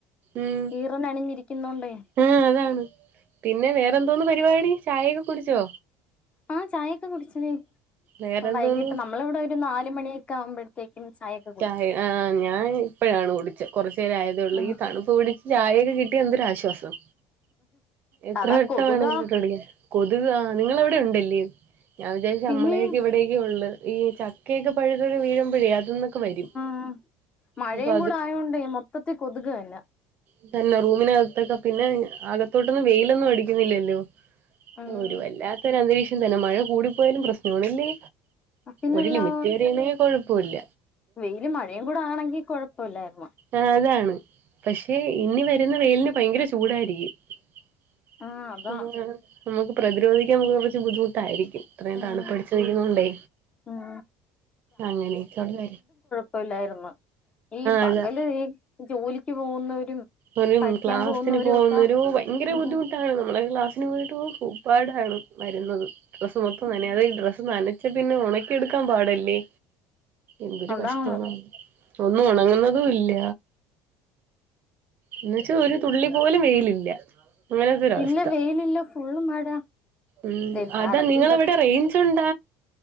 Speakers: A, on the right (about 45°); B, on the left (about 25°).
A: ഉം
B: ഈറനണിഞ്ഞിരിക്കുന്നോണ്ടേ
A: ആഹ് അതാണ് പിന്നെ വേറെ എന്തോന്ന് പരിപാടി ചായയൊക്കെ കുടിച്ചോ
B: ആഹ് ചായയൊക്കെ കുടിച്ചടി
A: വേറെന്തോന്ന്
B: വൈകീട്ട് നമ്മള ഇവിടെ ഒരു നാല് മണിയൊക്കെ ആവുമ്പോ കേക്കും ചായൊക്കെ
A: ചായ ആഹ് ഞാൻ ഇപ്പോഴാണ് കുടിച്ചേ കുറച്ചു നേരെ ആയതേഉള്ളൂ
B: ഉം
A: ഈ തണുപ്പ് പിടി ചായയൊക്കെ കിട്ടിയ എന്തൊരുരാശ്വാസം എത്ര
B: അതാ
A: വട്ടംമാേണെങ്കിലും
B: കൊതുകാ
A: ഇട്ടുടിക്ക കൊതുക് ആഹ് നിങ്ങവിടെ ഉണ്ടല്ലിയോ ഞാൻ വിചാ
B: പിന്നെ
A: നമ്മളെ ഇവിടേക്ക ഉള്ള് ഈ ചക്കയൊക്കെ പഴുകൽ വീഴുമ്പോഴേ അതന്നൊക്കെ വരും
B: ഉം മഴയും
A: അപ്പൊ
B: കൂടെ ആയോണ്ടെ മൊത്തത്തി കൊതുക് തന്നെ
A: ഇതന്നെ റൂമിനകത്തൊ ഒക്കെ പിന്നെ അകത്തോട്ടൊന്നും വെയിലൊന്നും അടിക്കുന്നില്ലല്ലോ
B: ഉം
A: ഒരു വല്ലാത്ത ഒരു അന്തരീക്ഷം തന്നെ മഴ കൂടിപ്പോയാലും പ്രശ്നണല്ലി
B: പിന്നെല്ലാ
A: ഒരു ലിമിറ്റ് വരെയണെങ്കിൽ കൊഴപ്പോല്ല
B: വെയ്ലും മഴയും കൂടെ ആണെങ്കി കുഴപ്പല്ലായിരുന്നു
A: ആഹ് അതാണ് പക്ഷെ ഇനി വരുന്ന വെയ്ലിന് ഭയങ്കര ചൂടായിരിക്കും
B: ആ അതാ
A: നമുക്ക് പ്രതിരോധിക്കാൻ കുറച്ച് ബുദ്ധിമുട്ടായിരിക്കും അത്രയും
B: ഉം
A: തണുപ്പടിച്ചു നിക്കുന്നുണ്ടേ
B: ഉം
A: അങ്ങനെയക്കുള്ള
B: ഴില്ലായിരുന്നു ഈ പകല്
A: അതാ
B: ഈ ജോലിക്ക് പോകുന്നവരും
A: ഓരും
B: പഠിക്കാൻ
A: ക്ലാസ്സിന്
B: പോകുന്നവരും
A: പോകുന്ന
B: ഒക്കെ
A: ഒരു ഭയങ്കര
B: ഉം
A: ബുദ്ധിമുട്ടാണ് നമ്മള ക്ലാസ് ക്ലാസ്സിനു പോയിട്ട് ഭൂപ്പാടാണ് വരുന്നത് ഡ്രസ്സ് മൊത്തം
B: ഉം
A: തനെ അതെ ഈ ഡ്രസ്സ് നനഞ് ച്ചെപിന്നെ ഉണക്കിയെടുക്കാൻ പാടല്ലേ എന്തൊരു
B: അതാണ്
A: കഷ്ടമാണ് എ ഒന്നും ഉണങ്ങുന്നതും ഇല്ല എന്ന് വെച്ചാ ഒരു തുള്ളി പോലും വെയിലില്ല അങ്ങനത്തെ ഒരു അവസ്ഥ
B: ഇല്ല വെയിലില്ല ഫുള്ള് മഴ
A: ഉം
B: എല്ലായിടത്തും
A: അതാ നിങ്ങളവിടെ റേഞ്ച് ഉണ്ട